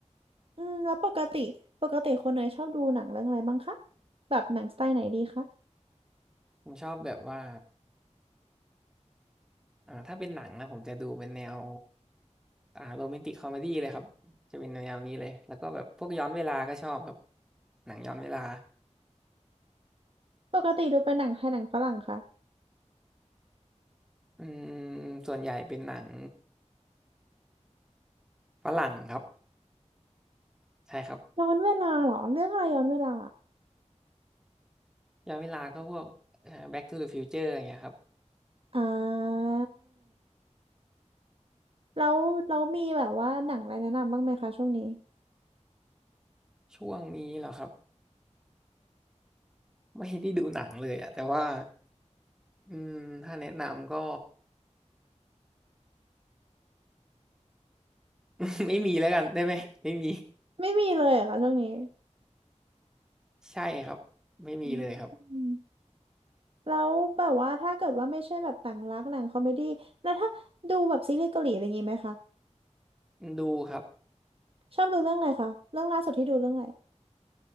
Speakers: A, on the right (about 50°); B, in the centre.
A: อืมแล้วปกติปกติคนเนยชอบดูหนังเรื่องอะไรบ้างคะแบบหนังสไตล์ไหนดีคะ
B: ผมชอบแบบว่าอ่าถ้าเป็นหนังนะผมจะดูเป็นแนว อ่าโรแมนติกคอมเมดี้เลยครับจะเป็นแนวนี้เลยแล้วก็แบบพวกย้อนเวลาก็ชอบครับหนังย้อนเวลา
A: ปกติดูเป็นหนังไทยหนังฝรั่งคะ
B: อืมส่วนใหญ่เป็นหนังฝรั่งครับใช่ครับ
A: ย้อนเวลาเหรอเรื่องอะไรย้อนเวลา
B: ย้อนเวลาก็พวกเอ่อ Back to the Future อย่างเงี้ยครับ
A: อ่าแล้วแล้วมีแบบว่าหนังอะไรแนะนำบ้างไหมคะช่วงนี้
B: ช่วงนี้เหรอครับไม่ได้ดูหนังเลยอะแต่ว่าอืมถ้าแนะนำก็ <laughs> ไม่มีแล้วกันได้ไหมไม่มี
A: ไม่มีเลยเหรอะค่ะช่วงนี้
B: ใช่ครับไม่มีเลยครับ
A: อืมแล้วแบบว่าถ้าเกิดว่าไม่ใช่แบบต่างรักหนังคอมเมดี้แล้วถ้าดูแบบซีรีส์เกาหลีอะไรอย่างงี้ไหมคะ
B: ดูครับ
A: ชอบดูเรื่องอะไรคะเรื่องล่าสุดที่ดูเรื่องอะไร